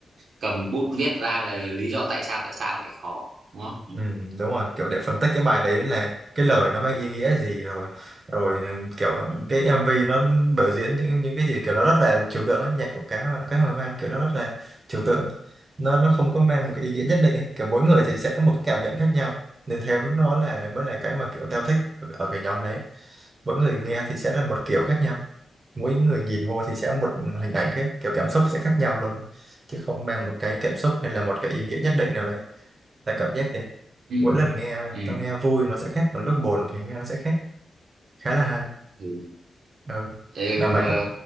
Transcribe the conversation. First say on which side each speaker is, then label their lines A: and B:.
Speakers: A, on the right; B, on the right.
A: cầm bút viết ra là lý do tại sao tại sao lại khó đúng
B: Ừ,
A: không
B: đúng rồi kiểu để phân tích cái bài đấy là cái lời nó mang ý nghĩa gì rồi rồi kiểu
A: ừ.
B: cái MV nó biểu diễn những những cái gì kiểu nó rất là trừu tượng ấy nhạc của cá Hồi- cá hồi hoang kiểu nó rất là trừu tượng nó nó không có mang một cái ý nghĩa nhất định ấy. kiểu mỗi người thì sẽ có một cái cảm nhận khác nhau nên thế mới- nó là mới là cái mà kiểu tao thích ở cái nhóm đấy mỗi người nghe thì sẽ là một kiểu khác nhau mỗi người nhìn vô thì sẽ một hình ảnh khác kiểu cảm xúc sẽ khác nhau luôn chứ không mang một cái cảm xúc hay là một cái ý nghĩa nhất định nào đấy tại cảm giác thế
A: Ừ.
B: mỗi lần nghe
A: Ừ.
B: tao nghe vui nó sẽ khác còn lúc buồn thì nghe nó sẽ khác khá là hay
A: Ừ.
B: ừ
A: Ừ,
B: mà mày
A: mà
B: còn